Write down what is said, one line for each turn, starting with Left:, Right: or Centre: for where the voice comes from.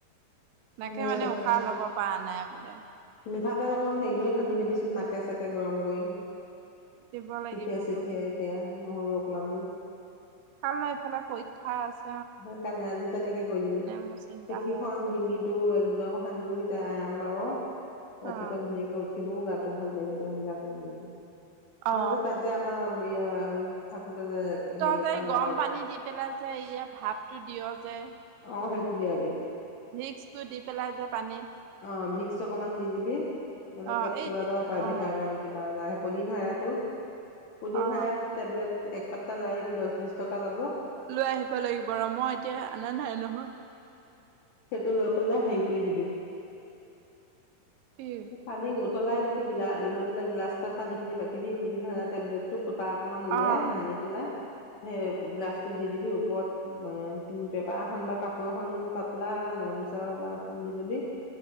Left: সেই
Right: নাকে মানে
Left: তাকে
Right: উশাহ ল'ব পৰা নাই। দে
Left: মিঠাতেল অকণ হেৰি কৰি সানি দিবিচোন নাকে- চাকে গৰম কৰি।
Right: দিব লাগিবগৈ
Left: পিঠিয়ে-চিঠিয়ে এতিয়া। নহৰু অকমান দি।
Right: কাইলৈ ইফালে পৰীক্ষা আছ
Left: সেইকাৰণে আজি তেনেকে কৰি দিবি,
Right: মোৰ চিন্তা
Left: পিঠিখনন,
Right: হৈ আছে
Left: ডিঙিটো এক তেল অকণ সানি দিবি, তাই আৰাম পাব। ৰাতিপুৱা
Right: অ
Left: ধুনীয়াকে উঠিবও গা ভাল <unintelligible>
Right: অ
Left: মই যে তাত যে আমাৰ <unintelligible> হেৰিয়ত
Right: তই যে
Left: পাঞ্জাৱত
Right: গৰম পানী দি পেলাই যে এইয়া ভাপ টো দিয় যে।
Left: অহ ', সেইটো দিয়াবি
Right: ভিক্স টো দি পেলাই যে পানীত।
Left: অহ ', ভিক্স অকমান দি দিবি নহলে
Right: অ
Left: কেপচুল
Right: এই
Left: এটা পায়
Right: অ
Left: ভিটামিন কিবা। পদিনহাৰাতো পুদিনহাৰা
Right: অ
Left: টেবলেট এক পাততা লৈ আহিবি দহ বিশ টকা ল'ব অ'
Right: লৈ আহিব লাগিব ৰ মই এতিয়া আনা নাই নহয়।
Left: সেইটো লৈ পেলে হেৰি কৰি দিবি।
Right: কি
Left: পানী গ। উতলাই ল'বি গিলা লৈ পেলাই গিলাছ এটাত পানীখিনি বাকি দি পুদিনহাৰা তেবলেটটো ফুত তাৰ অকমান উলিয়াই
Right: অ
Left: আনি পেলাই সেই গিলাচটো। দি দিবি ওপৰত এ পেপাৰ এখন বা কাপোৰ এখন পাতলা গামোচা বা এখন দি লবি।